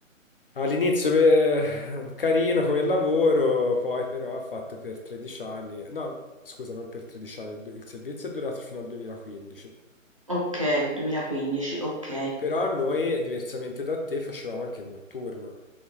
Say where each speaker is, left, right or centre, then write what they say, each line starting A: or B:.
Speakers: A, on the left; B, on the right.
A: All'inizio beh, carino come lavoro, poi però ha fatto per 13 anni, no, scusa, non per 13 anni, il du- il servizio è durato fino al 2015.
B: Ok, 2015, ok.
A: Pe- Però noi, diversamente da te, facevamo anche il notturno.